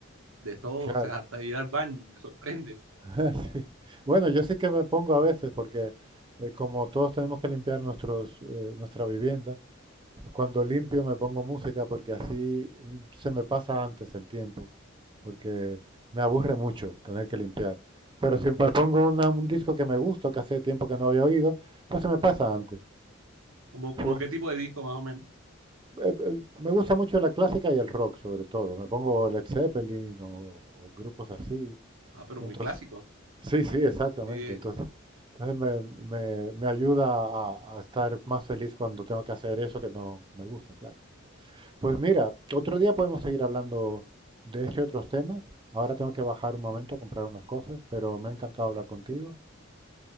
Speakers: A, on the right (about 90°); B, on the right (about 25°).
A: de todo,
B: Claro.
A: o sea, hasta ir al baño, me sorprende.
B: <laughs> Sí. Bueno, yo sí que me pongo a veces, porque eh, como todos tenemos que limpiar nuestros, eh, nuestra vivienda, Cuando limpio me pongo música porque así mm, se me pasa antes el tiempo, porque me aburre mucho tener que limpiar. Pero si me pongo una- un disco que me gusta, que hace tiempo que no había oído, pues se me pasa antes.
A: Como,
B: Pues,
A: como qué tipo de disco más o menos.
B: eh, eh, me gusta mucho la clásica y el rock, sobre todo. Me pongo Led Zeppelin o, o grupos así.
A: Ah, pero
B: Y
A: muy
B: entonces,
A: clásico.
B: sí, sí, exactamente.
A: Sí,
B: Entonces, entonces me, me- me ayuda a a estar más feliz cuando tengo que hacer eso que no me gusta, claro. Pues mira, otro día podemos seguir hablando de este y otros temas. Ahora tengo que bajar un momento a comprar unas cosas, pero me ha encantado hablar contigo.